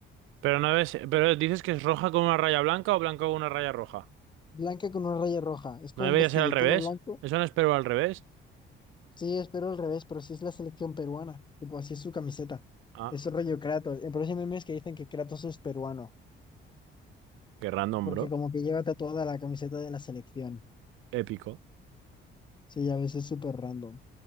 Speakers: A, on the right (about 80°); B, on the left (about 25°).
A: Pero no ves, pero dices que es roja con una raya blanca o blanca con una raya roja.
B: Blanca con una raya roja, es como
A: ¿No debería
B: un vestido
A: ser al revés?
B: todo blanco.
A: ¿Eso no es Perú al revés?
B: Sí, espero al revés, pero sí es la selección peruana, tipo así es su camiseta.
A: Ah,
B: Es rollo Kratos. El próximo mes que dicen que Kratos es peruano,
A: qué random,
B: porque
A: bro.
B: como que lleva tatuada la camiseta de la selección.
A: Épico.
B: Sí, a veces súper random.